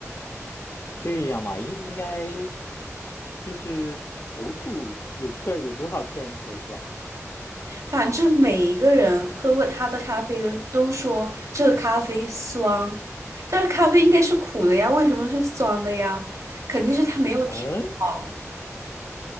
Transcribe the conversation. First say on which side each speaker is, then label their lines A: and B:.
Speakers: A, on the left; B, on the right.
A: 这样嘛，应应该就是投诉有客有多少客人投诉啊？
B: 反正每一个人喝过他的咖啡的都说这个咖啡酸，但是咖啡应该是苦的呀，为什么是酸的呀？肯定是他没有调好
A: 嗯，